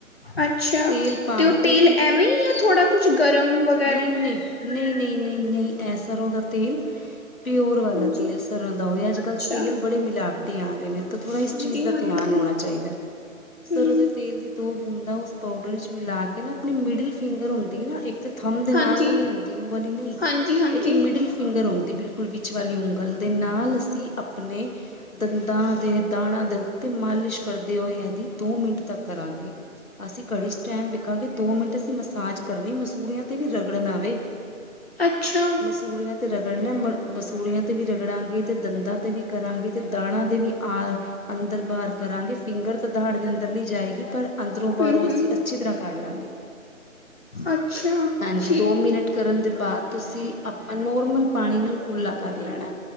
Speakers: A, on the left (about 45°); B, on the left (about 75°).
A: ਅੱਛਾ,
B: ਤੇਲ ਪਾ
A: ਤੇ ਉਹ
B: ਕੇ
A: ਤੇਲ ਐਵੇਂ, ਯ ਥੋੜਾ ਕੁਛ ਗਰਮ ਵ
B: ਨਹੀਂ-ਨਹੀਂ-ਨਹੀਂ-ਨਹੀਂ-ਨਹੀਂ-ਨਹੀਂ, ਇਹ ਸਰ੍ਹੋਂ ਦਾ ਤੇਲ ਪਿਓਰ ਵਾਲਾ
A: ਹਾਂਜੀ
B: ਤੇਲ ਸਰ੍ਹੋਂ ਦਾ ਹੋਵੇ, ਅੱਜ
A: ਅੱਛਾ
B: ਕੱਲ੍ਹ ਤੇਲ ਬੜੇ ਮਿਲਾਵਟੀ ਆ ਰਹੇ ਨੇ। ਤਾਂ ਥੋੜ੍ਹਾ
A: ਹਾਂਜੀ
B: ਇਸ ਚੀਜ਼ ਦਾ
A: ਹਾਂਜੀ
B: ਧਿਆਨ ਹੋਣਾ ਚਾਹੀਦਾ, ਸਰ੍ਹੋਂ
A: ਹਮ
B: ਦੇ ਤੇਲ ਦੀ ਦੋ ਬੂੰਦਾ ਉਸ ਪਾਊਡਰ ਵਿੱਚ ਮਿਲਾ ਕੇ ਨਾ, ਆਪਣੀ ਮਿਡਲ ਫਿੰਗਰ ਹੁੰਦੀ ਹੈ ਨਾ ਇੱਕ ਥਮ ਦੇ ਨਾਲ
A: ਹਾਂਜੀ
B: ਵਾਲੀ ਹੁੰਦੀ, ਉਹ ਵਾਲੀ ਨਹੀਂ,
A: ਹਾਂਜੀ ਹਾਂਜੀ
B: ਇੱਕ ਮਿਡਲ ਫਿੰਗਰ ਹੁੰਦੀ, ਬਿਲਕੁਲ ਵਿੱਚ ਵਾਲੀ ਉਂਗਲ ਦੇ ਨਾਲ ਅਸੀਂ ਆਪਣੇ ਦੰਦਾਂ ਦੇ ਦਾੜਾ ਦੇ ਉੱਤੇ ਮਾਲਿਸ਼ ਕਰਦੇ ਹੋਏ, ਏਦੀ ਦੋ ਮਿੰਟ ਤੱਕ ਕਰਾਂਗੇ। ਅਸੀਂ ਘੜੀ 'ਚ ਟਾਈਮ ਵੇਖਾਂਗੇ, ਦੋ ਮਿੰਟ ਅਸੀਂ ਮਸਾਜ ਕਰਨੀ ਮਸੂੜਿਆਂ ਤੇ ਵੀ ਰਗੜਨਾ ਵੇ।
A: ਅੱਛਾ।
B: ਮਸੂੜਿਆਂ 'ਤੇ ਰਗੜਨਾ, ਮ ਮਸੂੜਿਆਂ 'ਤੇ ਵੀ ਰਗੜਾਂਗੇ ਅਤੇ ਦੰਦਾਂ 'ਤੇ ਵੀ ਕਰਾਂਗੇ ਅਤੇ ਦਾੜਾ 'ਤੇ ਵੀ ਆ ਅੰਦਰ ਬਾਹਰ ਕਰਾਂਗੇ, ਫਿੰਗਰ ਤਾਂ ਦਾੜ ਦੇ ਅੰਦਰ ਨਹੀਂ ਜਾਏਗੀ ਪਰ ਅੰਦਰੋਂ,
A: ਹਮ
B: ਬਾਹਰੋਂ ਅਸੀਂ
A: ਹਮ
B: ਅੱਛੀ ਤਰ੍ਹਾਂ ਕਰ ਲਵਾਂਗੇ।
A: ਅੱਛਾ।
B: ਹਾਂਜੀ,
A: ਠੀਕ
B: ਦੋ ਮਿੰਟ ਕਰਨ ਦੇ ਬਾਅਦ ਤੁਸੀਂ ਆਪਾਂ ਨੋਰਮਲ ਪਾਣੀ ਨਾਲ ਕੁਰਲਾ ਕਰ ਲੈਣਾ,